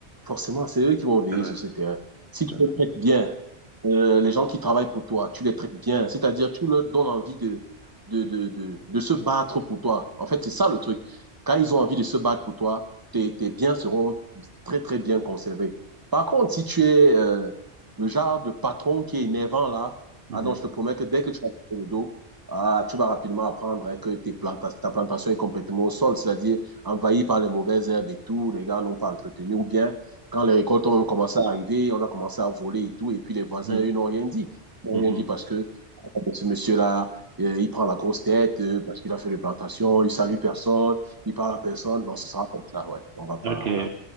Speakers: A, on the right (about 20°); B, on the right (about 65°).
A: Forcément, c'est eux qui vont veiller
B: C'est vrai,
A: sur ce terrain. Si tu
B: c'est vrai.
A: les traites bien, euh, les gens qui travaillent pour toi, tu les traites bien. C'est-à-dire, tu leur donnes envie de, de, de, de, de se battre pour toi. En fait, c'est ça le truc. Quand ils ont envie de se battre pour toi, tes, tes biens seront très, très bien conservés. Par contre, si tu es... euh, le genre de patron qui est énervant là,
B: Mhm,
A: ah non, je te promets que dès que tu vas faire le dos, ah, tu vas rapidement apprendre hein, que tes planta- ta plantation est complètement au sol, c'est-à-dire envahie par les mauvaises herbes et tout, les gars n'ont pas entretenu, ou bien quand les récoltes ont même commencé à arriver, on a commencé à voler et tout, et puis les voisins,
B: mhm,
A: eux, n'ont rien dit. Ils n'ont
B: mhm.
A: rien dit parce que ah, ce monsieur-là, euh, il prend la grosse tête, euh, parce qu'il a fait les plantations, il salue personne, il parle à personne. Non, ce sera comme ça, ouais. On va pas...
B: Ok,